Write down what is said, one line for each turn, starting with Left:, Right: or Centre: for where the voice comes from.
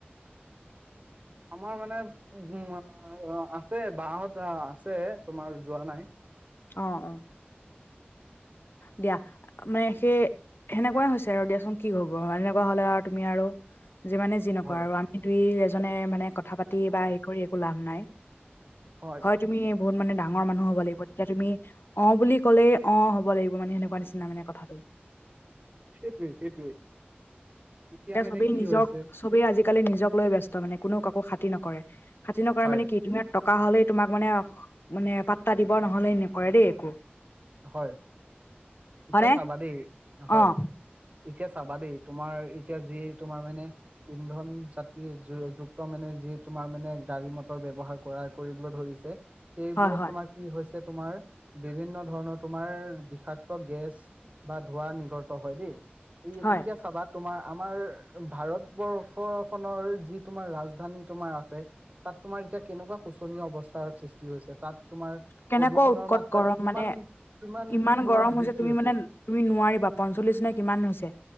Right: আমাৰ মানে উ আছে বাহঁত আছে তোমাৰ যোৱা নাই।
Left: অ, অ। দিয়া মানে সেই সেনেকুৱাই হৈছে আৰু দিয়াচোন কি হ'ব? এনেকুৱা হ'লে আৰু তুমি আৰু যিমানে যি নকৰা
Right: হয়
Left: আৰু আমি দুই, এজনে মানে কথা পাতি বা হেৰি কৰি একো লাভ নাই।
Right: হয়।
Left: তুমি বহুত মানে ডাঙৰ মানুহ হ'ব লাগিব। তেতিয়া তুমি অ বুলি ক'লেই অ হ হ'ব লাগিব মানে সেনেকুৱা নিচিনা মানে কথাটো।
Right: সেইটোৱে সেইটোৱেই এতিয়া মানে
Left: চবেই
Right: কি
Left: নিজক
Right: হৈছে
Left: চবেই আজি-কালি নিজক লৈ ব্যস্ত মানে কোনোও কাকো খাতিৰ নকৰে। খাতিৰ নকৰে
Right: হয়
Left: মানে কি তোমাক টকা হ'লেই তোমাক মানে মানে পাত্তা দিব, নহ'লে নকৰে দেই একো।
Right: হয়, এতিয়া
Left: হয়নে?
Right: চাবা দেই।
Left: অ',
Right: হয়। এতিয়া চাবা দেই, তোমাৰ এতিয়া যি তোমাৰ মানে ইন্ধন যাতি যুক্ত মানে যি তোমাৰ মানে গাড়ী মটৰ ব্যৱহাৰ কৰাৰ কৰিবলৈ ধৰিছে সেইবোৰত
Left: হয়, হয়,
Right: তোমাৰ কি হৈছে তোমাৰ বিভিন্ন ধৰণৰ তোমাৰ বিষাক্ত গেছ বা ধোঁৱা নিগৰত হয় দেই। এই
Left: হয়।
Right: এতিয়া চাবা তোমাৰ আমাৰ ভাৰতবৰ্ষখনৰ যি তোমাৰ ৰাজধানী তোমাৰ আছে। তাত তোমাৰ এতিয়া কেনেকুৱা শোচনীয় অৱস্থাৰ সৃষ্টি হৈছে, তাত তোমাৰ
Left: কেনেকুৱা
Right: প্ৰদূষণৰ
Left: উৎকট
Right: মাত্ৰা
Left: গৰম
Right: কিমান-কিমান
Left: মানে ইমান
Right: তোমাৰ
Left: গৰম
Right: বৃদ্ধি
Left: তুমি
Right: হৈছে।
Left: মানে তুমি নোৱাৰিবা পঞ্চল্লিশ নে কিমান হৈছে।